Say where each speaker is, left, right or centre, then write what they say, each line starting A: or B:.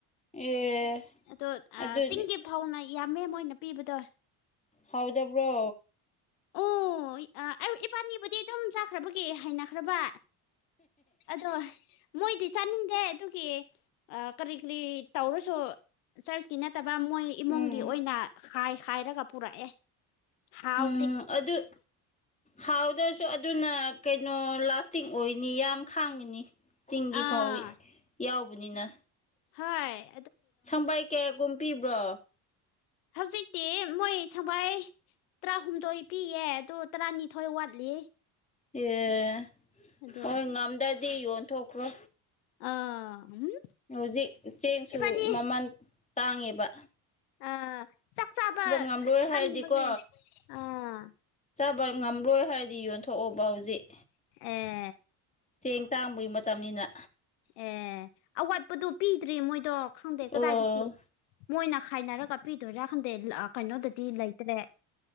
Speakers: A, on the left; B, on the left.
A: ꯑꯦ
B: ꯑꯗꯣ
A: ꯑꯗꯨꯗꯤ
B: ꯆꯤꯡꯗꯤ ꯐꯥꯎꯅ ꯌꯥꯝꯃꯦ ꯃꯣꯏꯅ ꯄꯤꯕꯗꯣ
A: ꯍꯥꯎꯗꯕ꯭ꯔꯣ
B: ꯑꯣ ꯑꯥ ꯏꯕꯥꯅꯤꯕꯨꯗꯤ ꯑꯗꯨꯝ ꯆꯥꯈ꯭ꯔꯕꯒꯤ ꯍꯩꯅꯈ꯭ꯔꯕ ꯑꯗꯣ ꯃꯣꯏꯗꯤ ꯆꯥꯅꯤꯡꯗꯦ ꯑꯗꯨꯒꯤ ꯀꯔꯤ ꯀꯔꯤ ꯇꯧꯔꯁꯨ ꯆꯔꯆꯀꯤ ꯅ ꯐꯠꯇꯕ ꯃꯣꯏ ꯏꯃꯨꯡꯒꯤ
A: ꯎꯝ
B: ꯑꯣꯏꯅ ꯍꯥꯏ ꯍꯥꯏꯔꯒ ꯄꯨꯔꯛꯑꯦ ꯍꯥꯎ
A: ꯎꯝ ꯑꯗꯨ ꯍꯗ ꯑꯗꯨꯅ ꯀꯩꯅꯣ ꯂꯥꯁꯇꯤꯡ ꯑꯣꯏꯅꯤ ꯌꯥꯝ ꯈꯥꯡꯉꯅꯤ ꯆꯤꯡꯒꯤ
B: ꯑꯥ
A: ꯐꯥꯎ ꯌꯥꯎꯕꯅꯤꯅ
B: ꯍꯥꯏ
A: ꯁꯪꯕꯥꯩ ꯀꯌꯥꯒꯨꯝ <inaudible> ꯄꯤꯕ꯭ꯔꯣ
B: ꯍꯧꯖꯤꯛꯇꯤ ꯃꯣꯏ ꯁꯨꯃꯥꯢ ꯇꯔꯥꯍꯨꯝꯗꯣꯏ ꯄꯤꯌꯦ ꯑꯗꯨ ꯇꯔꯥꯅꯤꯊꯣꯏ ꯋꯥꯠꯂꯤ
A: ꯑꯦ
B: ꯑꯗꯣ
A: ꯍꯣꯏ ꯉꯝꯗ꯭ꯔꯗꯤ ꯌꯣꯟꯊꯣꯛꯈ꯭ꯔꯣ
B: ꯑꯥ ꯎꯝ
A: ꯍꯧꯖꯤꯛ ꯆꯦꯡꯁꯨ
B: ꯏꯕꯥꯅꯤ
A: ꯃꯃꯜ ꯇꯥꯡꯉꯦꯕ
B: ꯑ ꯆꯥꯛ ꯆꯥꯕ
A: ꯉꯝꯂꯣꯏ ꯍꯥꯏꯔꯗꯤꯀꯣ
B: ꯀꯟꯕꯒꯤ ꯑꯥ
A: ꯆꯥꯕ ꯉꯝꯂꯣꯏ ꯍꯥꯏꯔꯗꯤ ꯌꯣꯟꯊꯣꯛꯑꯣꯕ ꯍꯧꯖꯤꯛ
B: ꯑꯝ
A: ꯆꯦꯡ ꯇꯥꯡꯕꯒꯤ ꯃꯇꯝꯅꯤꯅ
B: ꯑꯦ ꯑꯋꯥꯠꯄꯗꯣ ꯄꯤꯗ꯭ꯔꯤ ꯃꯣꯏꯗꯣ ꯈꯪꯗꯦ
A: ꯑꯣ
B: ꯀꯗꯥꯏꯗꯒꯤ ꯃꯣꯏꯅ ꯈꯥꯏꯅꯔꯒ ꯄꯤꯗꯣꯏꯔꯥ ꯈꯪꯗꯦ ꯀꯩꯅꯣꯗꯗꯤ ꯂꯩꯇ꯭ꯔꯦ